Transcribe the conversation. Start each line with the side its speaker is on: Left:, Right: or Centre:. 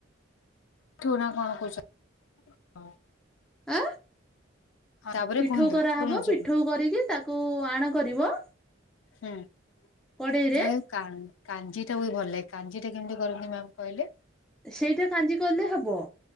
Left: ୁ ନା କଣ ପଛ <unintelligible>
Centre: ଆ
Left: ତାପରେ
Centre: ପିଠଉ
Left: କୁହନ୍ତୁ
Centre: କରାହେବ
Left: ଶୁଣୁଛି
Centre: ପିଠୋ
Left: ହୁଁ
Centre: କରିକି ତାକୁ ଆଣ କରିବ।
Left: ହୁଁ ଆ
Centre: କଡେଇରେ
Left: <unintelligible> କାଞ୍ଜି ଟା ହ ଭଲ ଲାଗେ କାଞଜିୀଟା କେମିତି କରି ମ୍ୟାମ୍ କହିଲେ।
Centre: ସେଇଟା କାଞ୍ଜି ଗଲେ ହବ